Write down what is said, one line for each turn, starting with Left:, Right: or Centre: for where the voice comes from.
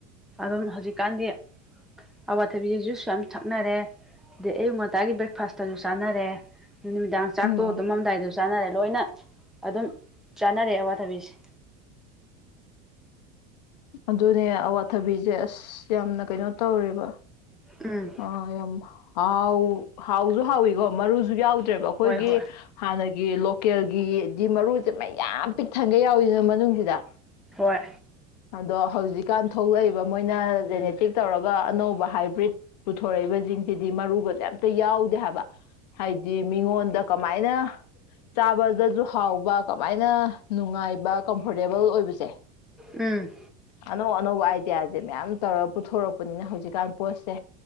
Centre: ꯑꯗꯨꯝ ꯍꯧꯖꯤꯛꯀꯥꯟꯗꯤ ꯑꯋꯥꯊꯕꯤ ꯖꯨꯏꯁꯨꯨ ꯌꯥꯝ ꯊꯛꯅꯔꯦ ꯗ ꯑꯌꯨꯛ ꯉꯟꯇꯥꯒꯤ ꯕ꯭ꯔꯦꯛꯐꯥꯁꯇꯁꯨ ꯆꯥꯅꯔꯦ ꯆꯥꯛ
Left: ꯎꯝ
Centre: ꯇꯣꯛꯑꯒ ꯇꯨꯝꯃꯝꯗꯥꯏꯗ ꯆꯥꯅꯔꯦ ꯂꯣꯏꯅ ꯑꯗꯨꯝ ꯆꯥꯅꯔꯦ ꯑꯋꯥꯊꯕꯤꯁꯦ
Left: ꯑꯗꯨꯅꯦ ꯑꯋꯥꯊꯕꯤꯁꯦ ꯑꯁ ꯌꯥꯝꯅ ꯀꯩꯅꯣ ꯇꯧꯔꯦꯕ
Centre: ꯎꯝ
Left: ꯑ ꯌꯥꯝ ꯍꯥꯎ ꯍꯥꯎꯁꯨ ꯍꯥꯎꯋꯀꯣ ꯃꯔꯨꯁꯨ ꯌꯥꯎꯗ꯭ꯔꯦꯕ ꯑꯩꯈꯣꯏꯒꯤ
Centre: ꯍꯣꯏ ꯍꯣꯏ
Left: ꯍꯥꯟꯅꯒꯤ ꯂꯣꯀꯦꯜꯒꯤꯗꯤ ꯃꯔꯨꯁꯦ ꯃꯌꯥꯝ ꯄꯤꯛꯊꯟꯒꯩ ꯌꯥꯎꯏꯗꯥꯅ ꯃꯅꯨꯡꯁꯤꯗ
Centre: ꯍꯣꯏ
Left: ꯑꯗꯣ ꯍꯧꯖꯤꯛꯀꯥꯟ ꯊꯣꯛꯂꯛꯏꯕ ꯃꯣꯏꯅ ꯖꯦꯅꯦꯇꯤꯛ ꯇꯧꯔꯒ ꯑꯅꯧꯕ ꯍꯥꯏꯕ꯭ꯔꯤꯠ ꯄꯨꯊꯣꯔꯛꯏꯕ ꯁꯤꯡꯁꯤꯗꯤ ꯃꯔꯨꯒꯥ ꯀꯩꯝꯇ ꯌꯥꯎꯗꯦ ꯍꯥꯏꯕ ꯍꯥꯏꯗꯤ ꯃꯤꯉꯣꯟꯗ ꯀꯃꯥꯏꯅ ꯆꯥꯕꯗꯁꯨ ꯍꯥꯎꯕ ꯀꯃꯥꯏꯅ ꯅꯨꯡꯉꯥꯏꯕ ꯀꯝꯐꯣꯔꯇꯦꯕꯜ ꯑꯣꯏꯕꯁꯦ
Centre: ꯎꯝ
Left: ꯑꯅꯧ ꯑꯅꯧꯕ ꯑꯥꯏꯗꯤꯌꯥꯁꯦ ꯃꯌꯥꯝ ꯇꯧꯔꯒ ꯄꯨꯊꯣꯔꯛꯄꯅꯤꯅ ꯍꯧꯖꯤꯛꯀꯥꯟ ꯄꯣꯠꯁꯦ